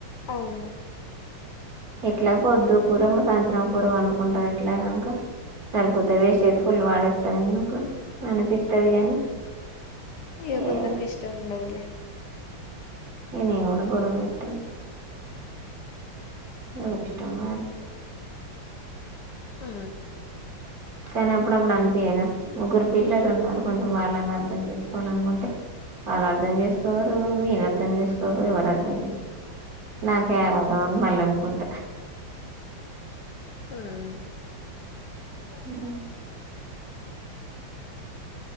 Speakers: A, on the left; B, on the right.
A: అవును
B: ఎట్లా పొద్దు కూర మా సాయంత్రం కూర వండుకుంటాం ఎట్లా కనుక సరిపోతా వేస్ట్ అయితే ఫుల్ వాడేస్తాం ఎందుకు అనిపిస్తుది గాని
A: ఇగ
B: ఏ
A: కొందరికి ఇష్టం ఉండదులే
B: ఇగ నేను కూడా గొడవ పెట్టను ఎవరి ఇష్టం వారిది
A: ఆ
B: కానీ అప్పుడప్పుడు అనిపియదా ముగ్గురు పిల్లలు ఉన్నారు కొంచెం వాళ్ళని అర్థం చేసుకోవాల అనుకుంటే వాళ్ళు అర్థం చేసుకోవరు ఈయన అర్థం చేసుకోవరు ఎవరు అర్థం చేసు నాకే ఆరాటం యా అని మళ్ళీ అనుకుంట
A: ఉం
B: ఉ